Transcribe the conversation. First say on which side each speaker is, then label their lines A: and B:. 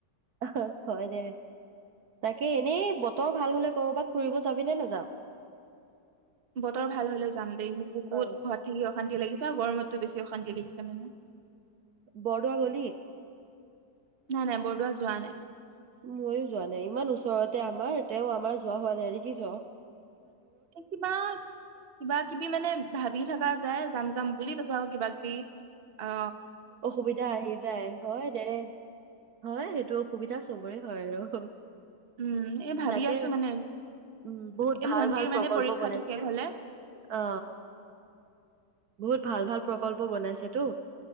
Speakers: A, on the right; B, on the right.
A: অহ হয় দে তাকে এনেই বত বতৰ ভাল হলে কৰবাত ফুৰিব যাবি নে নেযাওঁ?
B: বতৰ ভাল হলে যাম দেই মোক বহুত
A: অ
B: ঘৰত থাকি অশান্তি লাগিছে চাও গৰমতটো বেছি অশান্তি লাগিছে মানে।
A: বৰদোৱা গলি।
B: নাই নাই বৰদোৱা যোৱা নাই।
A: মইও যোৱা নাই ইমান ওচৰতে আমাৰ তেওঁ আমাৰ যোৱা হোৱা নাই দেখি ছ।
B: এই কিবা কিবা কিবি মানে ভাবি থাকা যায় যাম যাম বুলি তাৰপিছত আকৌ কিবা বি অ,
A: অসুবিধা আহি যায় হয় দে হয় সেইটো অসুবিধা চবৰে হয় আৰু অ
B: উম এই ভাবি
A: তাকে
B: আছো মানে
A: উম বহুত
B: এই
A: ভাল
B: ভন্টিৰ
A: ভাল
B: মানে
A: প্ৰকল্প
B: পৰীক্ষাটো
A: বনাইছে
B: শেষ হলে
A: অ, বহুত ভাল ভাল প্ৰকল্প বনাইছেটো